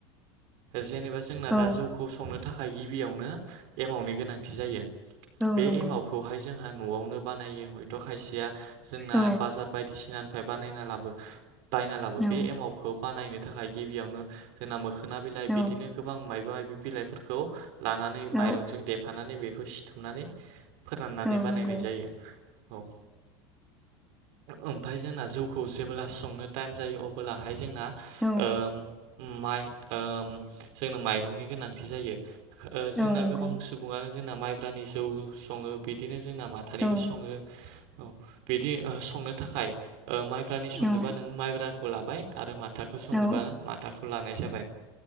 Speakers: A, on the right; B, in the centre.
A: जेनेबा जोंना
B: औ
A: दा जौखौ संनो थाखाय गिबियावनो एमावनि गोनांथि जायो
B: औ
A: बे
B: नंगौ
A: एमावखौहाय जोंहा न'वावनो बानायो हयथ' खायसेया जोंना
B: औ
A: बाजार बायदिसिनानिफ्राय बानायना लाबो बायना लाबो
B: औ
A: बे एमावखौ बानायनो थाखाय गिबियावनो जोंना मोखो ना बिलाइ
B: औ
A: बिदिनो गोबां मायबा मायबि बिलाइफोरखौ लानानै
B: औ
A: माइरंजों देफानानै सिथुमनानै फोराननानै
B: औ
A: बानायनाय
B: नंगौ
A: जायो औ ओमफाय जोंना जौखौ जेब्ला संनो टाइम जायो अब्लाहाय जोंना
B: औ
A: ओ माइ ओ जोंनो माइरंनि गोनांथि जायो‌। जोंना
B: औ नंगौ
A: गोबां सुबुङानो जोंना माइब्रानि जौ सङो बिदिनो जोंना माथानिबो
B: औ
A: स ङो बिदि संनो थाखाय ओ माइब्रानि संनोबा
B: औ
A: नों माइब्राखौ लाबाय आरो माथाखौ संनोबा
B: औ
A: माथाखौ लानाय जाबाय